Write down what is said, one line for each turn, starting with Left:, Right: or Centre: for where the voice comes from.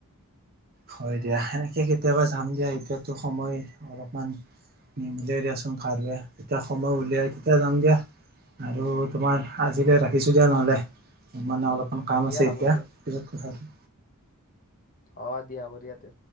Right: হয় দিয়া সেনেকে কেতিয়াবা যাম দিয়া এতিয়াতো সময় অলপমান নিমিলি দিয়াচোন কাৰে যেতিয়া সময় উলিয়াই তেতিয়া যাম দিয়া। আৰু তোমাৰ আজিলৈ ৰাখিছো দিয়া নহ'লে মানে অলপ অকণ কাম
Left: দিয়া
Right: আছে
Left: হ'ব
Right: এতিয়া
Left: দিয়া
Right: পিছত কথা পাতিম।
Left: অ দিয়া ব দিয়াতে